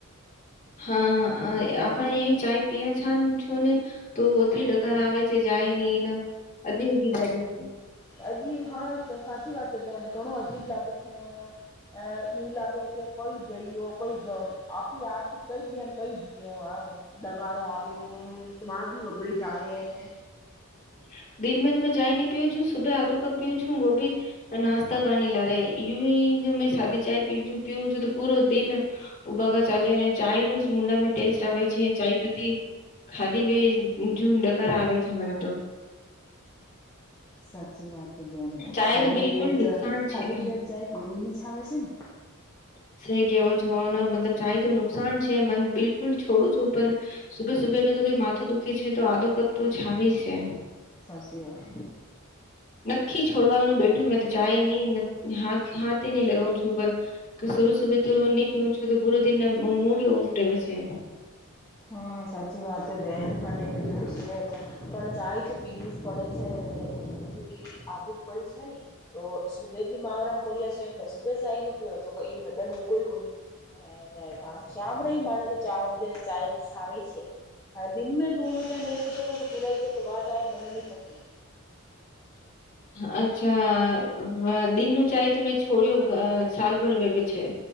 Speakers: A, on the left; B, on the left.
A: હા આપણે એ ચાય પ છ છ ને તો આછી ડકાર આવે છે જાય નહ એને અજીબ લાગે છે.
B: અજીબ હા તો સાચી વાત બેન ઘણું અજીબ લાગે છે અને એવું લાગે કે કોઈ જઈઓ કોઈ આપી આપથી કઈ બેન કઈ જ દકારો આવે ને સાદ વગડે જ આવે ને
A: <inaudible> દિન મે તો મેં ચાય ન પીઉ છું સુબે આધું કપ પીઉ છું વો ભી નાસ્તા પાણી લા ર યુ મેં શાદી ચાય પી પી છું તો પૂરો દિ ઉભાકા ચાલે ચાય ન મુુંડા મે ટેસ્ટ આવે છે ચાય પતી ખાધી બે જૂન ડકારા આવે છે મને તો
B: સાચી વાત દેન
A: ચાય
B: ખ
A: તો બિલકુલ
B: પેટ
A: નુકસાન
B: ખ
A: છે
B: પેટ જાય તેનીની છ આવેે છે ને
A: <unintelligible> મતલબ ચાય તો નુકસાન છે મન બિલકુલ છોડું છું પર સુભે સુભેનું તો માથું દુઃખે છે તો ધુ કપ તું છાવી છે.
B: સાચી વાત
A: નક્કી છોડવાનું બેઠું મેં તો જાય નહી હાથે ન લગાવું છું પર સુબે સુબે તો નહી પીવ છું તો પૂરો દિન મૂડી ઓફ રેવે છે
B: હા સાચી વાત બેન અને એ બી યુસ સે પણ ચાય તો પીવી જ પડે છે. કુકી આદત પડી છે ને તો સુબે ભી મારામ પડ્યા છે તો સુબે નય પીઓતો એ લદન ઉગો કોને અને રા શામ રે માને તો ચાર વજે ચાય સાવ છે. હ દિં દૂરજ નેક હજે કોઈ ખિલાઈ જયા તો વાત ચહે મને ન પસંદ
A: <inaudible> અચ્છા દિનનું ચાય ત મેં છોડ્યો સાલભર વ છે.